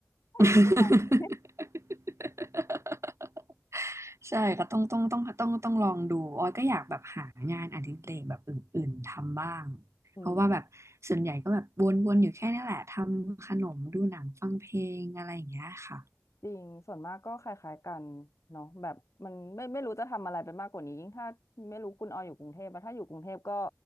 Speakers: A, on the left; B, on the right.
A: <laughs> อายุประมาณนี้
B: <laughs> ใช่ก็ต้องต้องต้องต้องต้องลองดูออยก็อยากแบบหางานอดิเรกแบบอื่นๆทำบ้าง
A: <laughs> อืม
B: เพราะว่าแบบส่วนใหญ่ก็แบบวนๆอยู่แค่นี้แหละทำขนมดูหนังฟังเพลงอะไรอย่างเงี้ยค่ะ
A: จริงส่วนมากก็คล้ายๆกันเนาะแบบมันไม่ไม่รู้จะทำอะไรไปมากกว่านี้ยิ่งถ้าไม่รู้คุณออยอยู่กรุงเทพอะถ้าอยู่กรุงเทพก็